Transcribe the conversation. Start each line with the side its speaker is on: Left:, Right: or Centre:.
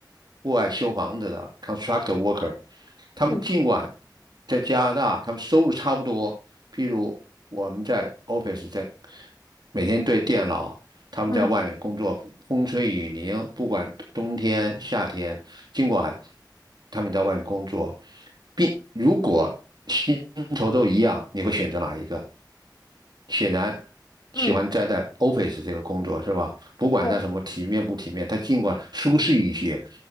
Right: 户外修房子的 constructor worker，他们尽管
Left: 嗯。
Right: 在加拿大，他们收入差不多，譬如我们在 office 在每天对电脑，他们在外面工作，
Left: 嗯
Right: 风吹雨淋，不管冬天夏天，尽管他们在外面工作，并如果薪酬都一样，你会选择哪一个？显然
Left: 嗯，
Right: 喜欢待在 office 这个工作是吧？不管他什么体面不体面，
Left: 对，
Right: 他尽管舒适一些，